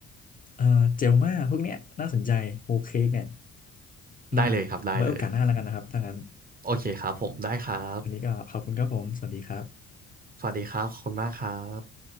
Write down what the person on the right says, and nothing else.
ได้เลยครับได้เลย
โอเคครับผมได้ครับ
สวัสดีครับขอบคุณมากครับ